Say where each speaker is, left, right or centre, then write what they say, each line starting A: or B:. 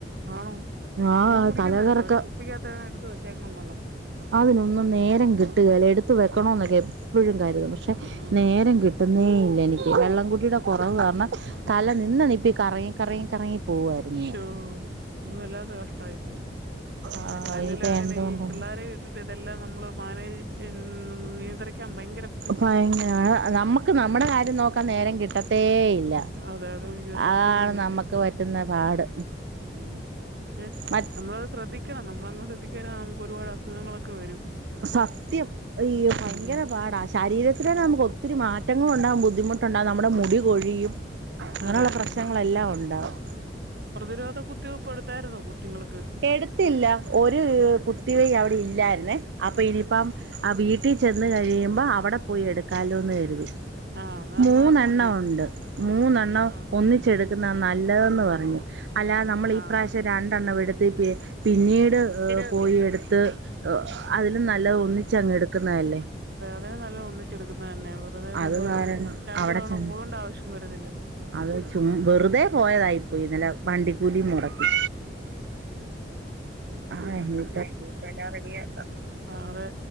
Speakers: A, on the right; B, on the right.
A: ആണോ?
B: ആ
A: വെള്ളം കുടിക്കേണ്ടാരുന്നോ
B: തലകറക്കം
A: ഒരു കുപ്പിക്കാത്തേനും എടുത്ത് വെച്ചേക്കണം വെള്ളം
B: അതിനൊന്നും നേരം കിട്ടുകേല എടുത്ത് വെക്കണോന്നൊക്കെ എപ്പൊഴും കരുതും പക്ഷെ നേരം കിട്ടുന്നേ ഇല്ല എനിക്ക് വെള്ളംകുടിയുടെ കൊറവ്
A: ഉം
B: കാരണം തല നിന്ന നിപ്പി കറങ്ങി കറങ്ങി കറങ്ങി പോവായിരുന്നു
A: ശ്ശോ
B: ഞാൻ
A: അത് വല്ലാത്ത കഷ്ട്ടായി പോയി
B: ആ
A: അല്ലേലും
B: ഇനിയിപ്പോ
A: അങ്ങനെയാ
B: എന്തുകൊണ്ടോ
A: ഈ പിള്ളേരെയി യിട്ട് ഇതെല്ലാം നമ്മള് മാനേജ് ചെയ് നിയന്ത്രിക്കാൻ ഭയങ്കര ബു
B: ഭയങ്കരാ അതെ നമ്മക്ക് നമ്മടെ കാര്യം നോക്കാൻ നേരം കിട്ടത്തേയില്ല
A: അതെ അതെ അയ്യോ സത്യം
B: അതാണ്
A: തന്നെ
B: നമ്മക്ക് പറ്റുന്ന പാട്
A: ഉം പക്ഷെ
B: മ
A: നമ്മളത് ശ്രദ്ധിക്കണം നമ്മളങ്ങനെ ശ്രദ്ധിക്കാതിരുന്നാ നമുക്കൊരുപാട് അസുഖങ്ങളൊക്കെ വരും
B: സത്യം അയ്യൊ ഭയങ്കര
A: ഉം
B: പാടാ ശരീരത്തിനന്നെ നമുക്കൊത്തിരി മാ റ്റങ്ങളുണ്ടാവും ബുദ്ധിമുട്ടുണ്ടാവും നമ്മുടെ മുടികൊഴിയും അങ്ങനുള്ള
A: അതെ അതെ
B: പ്രശ്നങ്ങളെല്ലാം
A: അതെ
B: ഉണ്ടാവും
A: പ്രതിരോധ കുത്തിവെപ്പ്‌ എടുത്തായിരുന്നോ കൊച്ചുങ്ങൾക്ക്?
B: എടുത്തില്ല ഒരു കുത്തിവെയ്‌ അവിടെ ഇല്ലായിരുന്നേ അപ്പൊ ഇനിയിപ്പം ആഹ് വീ വീട്ടി ചെന്ന് കഴിയുമ്പോ അവടെ പോയി എടുക്കാലോന്ന് കരുതി
A: ആഹ് ആഹ് എന്നാ
B: മൂന്നെണ്ണം
A: അത് മതി
B: ഒണ്ട് മൂന്നെണ്ണം
A: ആഹ്
B: ഒന്നി ച്ചെടുക്കുന്നതാ നല്ലതെന്ന് പറഞ്ഞു അല്ലാതെ നമ്മള്
A: ആഹ്
B: ഈ പ്രാവിശ്യം രണ്ടെണ്ണം എടു ത്ത് പിന്നീട് ഏഹ്
A: വീട്
B: പോയി എടുത്ത് അതിലും നല്ലത് ഒന്നിച്ചങ്ങ് എടുക്കുന്നതല്ലേ?
A: അതിലും നല്ലത് ഒന്നിച്ചെടുക്കുന്നതന്നെ യാ വെറുതെ നമ്മള്
B: അത് കാരണം
A: രണ്ടു
B: അവിടെ
A: തവണ
B: ചെന്ന്
A: പോകേണ്ടാവിശ്യം വരുന്നില്ലല്ലോ
B: അത് ചും വെറുതെ പോയതായിപ്പോയി ഇന്നലെ വണ്ടി കൂലിം മൊടക്കി അതന്നെ
A: താങ്ക്യൂ എല്ലാം റെഡിയാക്കാം ആഹ് അതെ